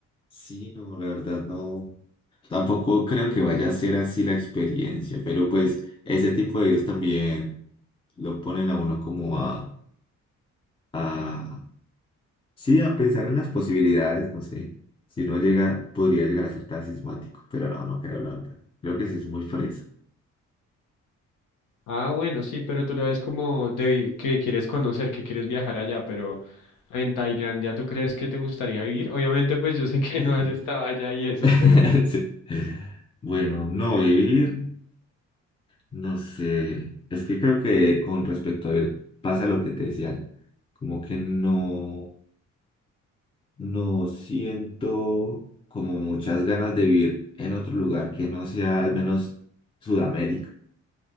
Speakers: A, on the left (about 20°); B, on the left (about 80°).
A: Sí, no, la verdad no, tampoco creo que vaya a ser así la experiencia, pero pues ese tipo de videos también lo ponen a uno como a, a, sí, a pensar en las posibilidades, no sé, si no llega, podría llegar a ser tan sismático, pero no, no creo, la verdad, creo que sí es muy fresa.
B: Ah, bueno, sí, pero tú lo ves como de que quieres conocer, que quieres viajar allá, pero en Tailandia, ¿tú crees que te gustaría vivir? Obviamente, pues yo sé que
A: Mm.
B: no has estado allá y eso,
A: <laughs>
B: pero
A: Sí. Bueno, no vivir, no sé, es que creo que con respecto a ver, pasa lo que te decía, como que no. No siento como muchas ganas de vivir en otro lugar que no sea al menos Sudamérica.